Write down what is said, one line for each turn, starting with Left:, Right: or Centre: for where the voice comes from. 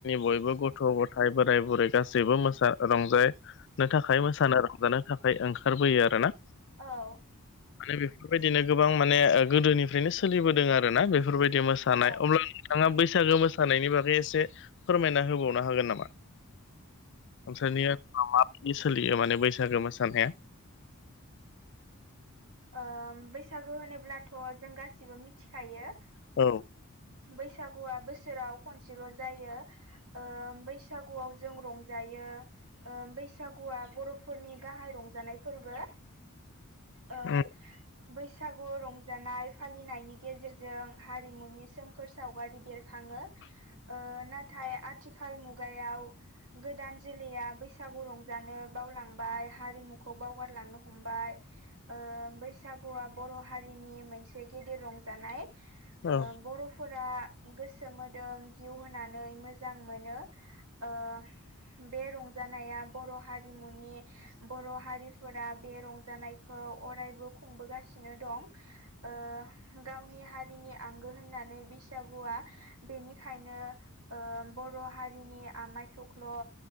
Left: बयबो गथ' गथाय बोराय बुरै गासैबो मोसा रंजानो थाखाय आखाइ मोसानो रंजानो थाखाय ओंखारबोयो आरोना।
Right: औ
Left: माने बेफोरबायदिनो गोबां माने ओ गोदोनिफ्रायनो सोलिबोदों आर ना बेफोरबायदि मोसानाय
Right: औ ओ
Left: अब्ला आंहा बैसागो मोसानायनि बागै एसे फोरमायना होबावनो हागोन नामा? नोंसोरनिओाव माबायदि सोलियो माने बैसागो मोसानाया?
Right: ओ बैसागु होनोब्लाथ' जों गासिबो मिथिखायो
Left: औ
Right: बैसागुआ बोसोराव खनसेल' जायो। ओ बैसागुआव जों रंजायो। ओ बैसागुआ बर'फोरनि गाहाय रंजानाय फोरबो। ओ
Left: उम
Right: बैसागु रंजानाय फालिनायनि गेजेरजों हारिमुनि ओ सोमखोर सावगारि बेरखाङो।
Left: <unintelligible>
Right: ओ नाथाय आथिखाल मुगायाव गोदान जोलैया बैसागु रंजानो बावलांबाय हारिमुखौ बावगारलांनो हमबाय। ओ बैसागुआ बर' हारिनि मोनसे गेदेर रंजानाय। ओ
Left: औ
Right: बर'फोरा गोसो मोदोम जिउ होनानै मोजां मोनो ओ बे रंजानाया बर' हारिमुनि बर' हारिफोरा बे रंजानाय खौ अरायबो खुंबोगासिनो दं। ओ गावनि हारिनि आंगो होननानै बैसागुआ बेनिखायनो ओ बर' हारिनि आमाय थख्ल' ओ